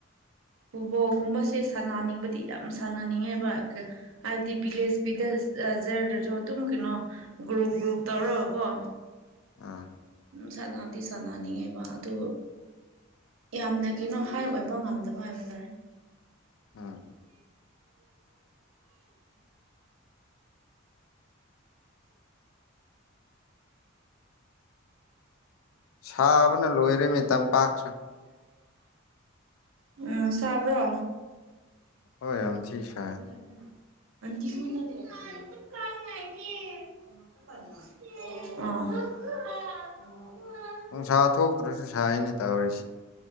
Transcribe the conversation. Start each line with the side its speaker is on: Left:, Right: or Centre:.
Right: ꯐꯨꯠꯕꯣꯜꯒꯨꯝꯕꯁꯦ ꯁꯥꯟꯅꯅꯤꯡꯕꯗꯤ ꯌꯥꯝ ꯁꯥꯟꯅꯅꯤꯡꯉꯦꯕ ꯍꯥꯏꯕꯗꯤ ꯚꯤꯂꯦꯖ ꯚꯤꯂꯦꯖꯖꯔꯗꯁꯨ ꯑꯗꯨꯝ ꯀꯩꯅꯣ ꯒ꯭ꯔꯨꯞ ꯒ꯭ꯔꯨꯞ ꯇꯧꯔꯒꯀꯣ
Left: ꯑꯥ
Right: ꯎ ꯁꯥꯟꯅꯕꯗꯤ ꯁꯥꯟꯅꯅꯤꯡꯉꯦꯕ ꯑꯗꯨ ꯌꯥꯝꯅ ꯀꯩꯅꯣ ꯍꯥꯏ ꯑꯣꯏꯕ ꯉꯝꯗꯕ ꯍꯥꯏꯕ ꯇꯥꯔꯦ
Left: ꯎꯝ ꯁꯥꯕꯅ ꯂꯣꯏꯔꯦꯃꯤ ꯇꯝꯄꯥꯛꯁꯨ
Right: ꯎꯝ ꯁꯥꯕ꯭ꯔꯣ
Left: ꯍꯣꯏ ꯌꯥꯝ ꯊꯤ ꯁꯥꯏ
Right: <inaudible> <inaudible> ꯑꯥ <inaudible>
Left: ꯅꯨꯡꯁꯥ ꯊꯣꯛꯇ꯭ꯔꯁꯨ ꯁꯥꯏꯅꯦ ꯇꯧꯔꯤꯁꯤ